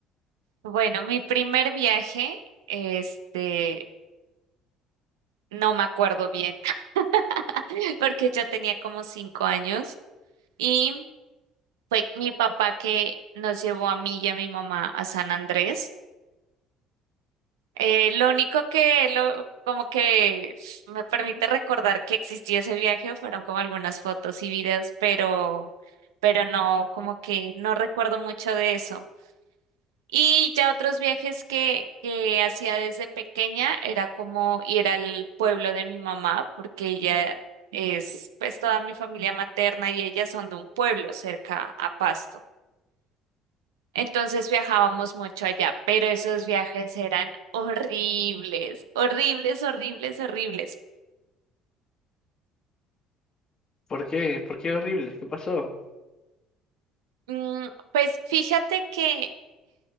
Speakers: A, on the right; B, on the left.
A: Bueno, mi primer viaje, este, no me acuerdo bien, <laughs> porque yo tenía como cinco años y fue mi papá que nos llevó a mí y a mi mamá a San Andrés. Eh, lo único que lo, como que me permite recordar que existió ese viaje fueron como algunas fotos y videos, pero, pero no, como que no recuerdo mucho de eso. Y ya otros viajes que, que hacía desde pequeña era como ir al pueblo de mi mamá, porque ella es, pues toda mi familia materna y ellas son de un pueblo cerca a Pasto. Entonces viajábamos mucho allá, pero esos viajes eran horribles, horribles, horribles, horribles.
B: ¿Por qué? ¿Por qué horrible? ¿Qué pasó?
A: Mm, pues fíjate que